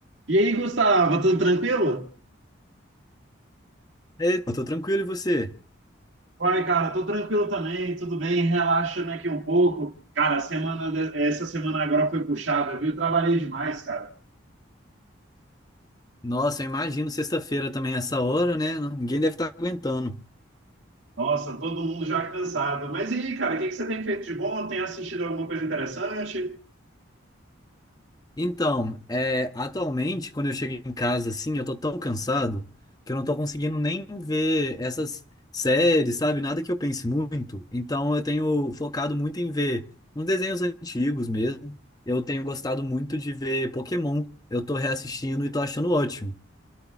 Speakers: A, on the right; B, on the left.
A: E aí, Gustavo, tudo tranquilo?
B: Ei, eu tô tranquilo, e você?
A: Uai, cara, tô tranquilo também, tudo bem, relaxando aqui um pouco. Cara, a semana de- essa semana agora foi puxada, viu? Trabalhei demais, cara.
B: Nossa, eu imagino sexta-feira também essa hora, né? Ninguém deve estar aguentando.
A: Nossa, todo mundo já cansado. Mas e aí, cara, o que que você tem feito de bom? Tem assistido alguma coisa interessante?
B: Então, é, atualmente, quando eu chego em casa, assim, eu tô tão cansado que eu não tô conseguindo nem ver essas séries, sabe? Nada que eu pense muito. Então, eu tenho focado muito em ver uns desenhos antigos mesmo. Eu tenho gostado muito de ver Pokémon. Eu tô reassistindo e tô achando ótimo.